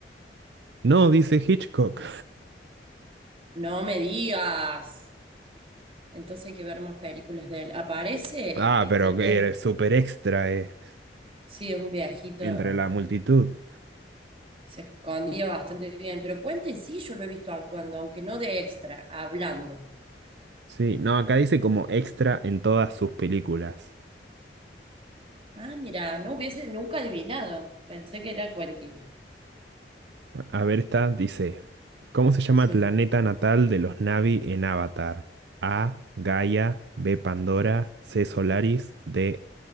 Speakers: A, on the right (about 75°); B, on the right (about 30°).
A: No, dice Hitchcock.
B: No me digas. Entonces hay que ver más películas de él. Aparece
A: Ah,
B: este,
A: pero que
B: eh,
A: eres súper extra, eh,
B: sí, un viejito.
A: entre la multitud.
B: Se escondía bastante bien. Pero Quentin sí, yo lo he visto actuando, aunque no de extra, hablando.
A: Sí, no, acá dice como extra en todas sus películas.
B: Ah, mira, no hubiese nunca adivinado. Pensé que era Quentin.
A: A ver, esta dice, ¿cómo se llama
B: Sí.
A: el planeta natal de los Na'vi en Avatar? A, Gaia, B, Pandora,
B: Ujú.
A: C, Solaris, D,